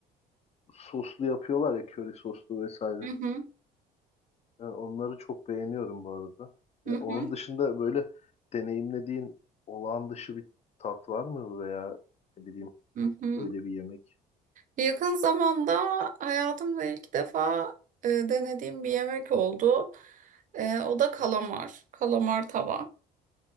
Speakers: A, on the left; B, on the right.
A: soslu yapıyorlar ya köri soslu vesaire.
B: Hı hı.
A: Yani onları çok beğeniyorum bu arada. Yani
B: Hı hı.
A: onun dışında böyle deneyimlediğin olağan dışı bir tat var mı veya ne bileyim
B: Hı hı.
A: öyle bir yemek?
B: Yakın zamanda hayatımda ilk defa e, denediğim bir yemek oldu. E, o
A: Hı
B: da kalamar,
A: hı.
B: kalamar tava.